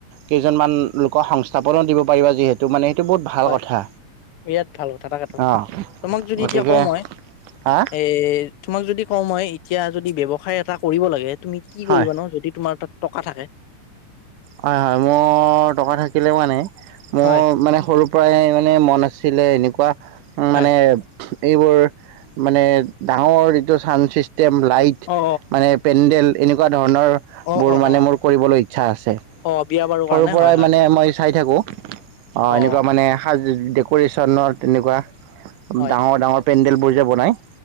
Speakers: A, on the right; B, on the left.
A: কেইজনমান লোকক সংস্থাপনো দিব পাৰিবা যিহেতু তো মানে এইটো বহুত ভাল
B: হয়
A: কথা
B: বিৰাট ভাল কথা তাকেতো,
A: অ
B: তোমাক যদি
A: গতিকে
B: এতিয়া কওঁ মই,
A: হা
B: এ' তোমাক যদি কওঁ মই এতিয়া, যদি ব্যৱসায় এটা কৰিব লাগে, তুমি কি
A: হয়
B: কৰিবা? ন যদি তোমাৰ তাত টকা থাকে
A: হয় হয়, মোৰ টকা থাকিলেও মানে মোৰ
B: হয়
A: মানে সৰু পৰাই মানে মন আছিলে, এনেকুৱা
B: হয়
A: মানে এইবোৰ মানে ডাঙৰ যিটো চাউণ্ড চিষ্টেম, লাইট
B: অ
A: মানে পেণ্ডেল এনেকুৱা ধৰণৰবোৰ
B: অ অ
A: মানে
B: অ
A: মোৰ কৰিবলৈ ইচ্ছা আছে৷
B: অ' বিয়া বাৰু
A: সৰুৰ
B: কাৰণে
A: পৰাই
B: হয় হয়
A: মানে মই চাই থাকোঁ৷ অঁ
B: অ
A: এনেকুৱা মানে সাজ ডেক'ৰেশ্যনৰ ন' তেনেকুৱা-
B: হয়
A: ডাঙৰ ডাঙৰ পেণ্ডেলবোৰ যে বনায়